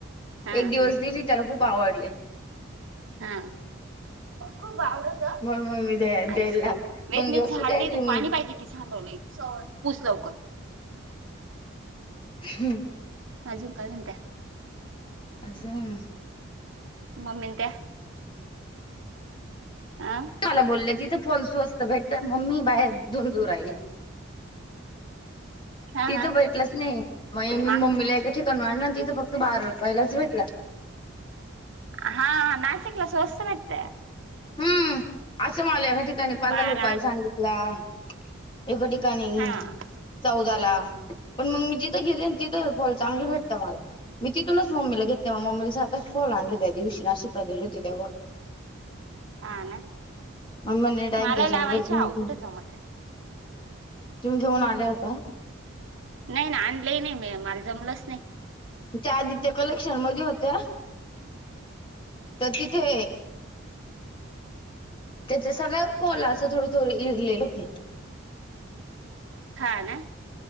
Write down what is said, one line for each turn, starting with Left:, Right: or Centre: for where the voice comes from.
Right: हा
Left: एक दिवस
Right: हा
Left: दिली त्याला खूप आवडले.
Right: हा. खूप आवडतं
Left: म्हणून मग मी द्या द्यायला
Right: आईस्क्रीम
Left: लाग
Right: वेत
Left: दोन दिवस
Right: मी झाडते
Left: होते आईस्क्रीम
Right: तू
Left: मी
Right: पाणी पाही सांडवलं पुस लवकर.
Left: हम्म.
Right: अजून काय म्हणताय?
Left: असं
Right: मम्मीने का आं.
Left: मला बोललं तिथं फॉल्सू असतं भेट मम्मी बाहेर दुन दूर राहिली.
Right: हा
Left: ती
Right: हा
Left: तर भेटलाच नाही मग, मी
Right: मा
Left: मम्मीला एका ठिकाण आणलं ना तिथ फक्त बारा रुपयालाच भेटला.
Right: हा नाशिकला सोस्त भेटते.
Left: हम्म असं मला एका ठिकाणी पंधरा
Right: बारात
Left: रुपयाला सांगितलं. एका ठिकाणी
Right: हा हम्म
Left: चौदाला पण मग मी जिथं घेते तिथं फॉल चांगले भेट तमला मी तिथूनच मम्मीला घेतेले म मम्मीला सात आठ फॉल आणले त्या दिवशी नाशिकला गेले होते. तेव्हा
Right: हा ना,
Left: मम्मी म्हणे डायरेक्ट
Right: मला
Left: डझनभर
Right: लावायच
Left: घेऊन
Right: हव
Left: ठेव
Right: कुठे जमत
Left: तुम्ही घेऊन आलेय का?
Right: नाही ना आणलंही नाही मी मला जमलंच नाही.
Left: त्या आदित्य कलेक्शन मध्ये होत्या तर तिथे त्याच सगळ्या <unintelligible> असं थोडं थोड इरलेले होते.
Right: हा ना.